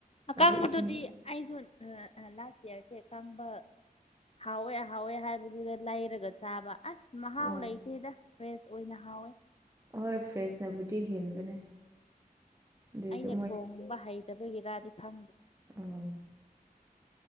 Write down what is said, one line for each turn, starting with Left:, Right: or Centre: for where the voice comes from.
Left: ꯑꯀꯥꯡꯕꯗꯨꯗꯤ
Right: ꯑꯗꯨ ꯏꯁꯤꯡ
Left: ꯑꯩꯁꯨ ꯂꯥꯁ ꯏꯌꯥꯔꯁꯦ ꯑꯀꯥꯡꯕ ꯍꯥꯎꯋꯦ ꯍꯥꯎꯋꯦ ꯍꯥꯏꯕꯗꯨꯗ ꯂꯩꯔꯒ ꯆꯥꯕ ꯑꯁ ꯃꯍꯥꯎ
Right: ꯑꯥ
Left: ꯂꯩꯇꯦꯗ ꯐ꯭ꯔꯦꯁ ꯑꯣꯏꯅ ꯍꯥꯎꯋꯦ
Right: ꯑꯍꯣꯏ ꯐ꯭ꯔꯦꯁꯅꯕꯨꯗꯤ ꯍꯦꯟꯕꯅꯦ ꯑꯗꯨꯏꯁꯨ
Left: ꯑꯩꯅ ꯊꯣꯡꯕ ꯍꯩꯇꯕꯒꯤꯔꯗꯤ ꯈꯪꯗꯦ
Right: ꯑꯣ